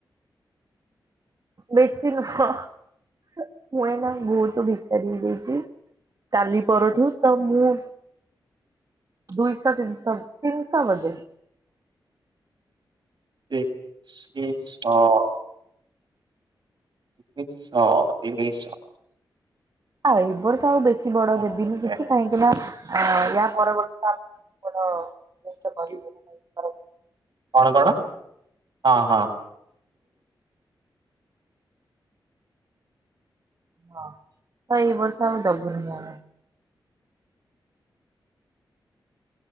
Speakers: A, on the right (about 45°); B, on the right (about 60°).
A: ବେଶୀ ନୁହଁ ମୁଁ ଏଇନା ବହୁତ ଭିକାରୀ ହେଇଯାଇଛି। କାଲି ପରଠୁ ତ ମୁଁ। ଦୁଇଶହ ତିନିଶ ତିନିଶହ ବଜେଟ୍।
B: ତିନିଶହ। ତିନିଶହ ତିନିଶହ।
A: ଆଉ ଏ ବର୍ଷ ଆଉ ବେଶି ବଡ଼
B: କଣ
A: ଦେବିନି
B: ଦେବେ
A: କିଛି। କାହିଁକି ନା ୟା ପର ବର୍ଷ ଆମେ ବଡ଼ ଜିନିଷ କରିବୁ। ହଁ
B: କଣ କଣ ହଁ ହଁ।
A: ହଁ ତ ଏଇ ବର୍ଷ ଆଉ ଦବୁନୁ ଆମେ।